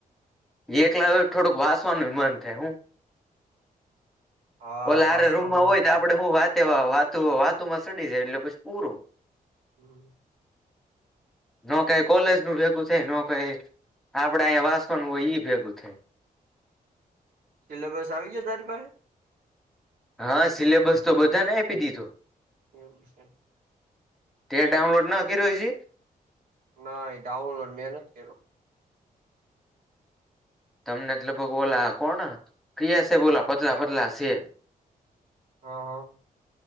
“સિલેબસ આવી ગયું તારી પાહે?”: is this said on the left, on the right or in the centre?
Right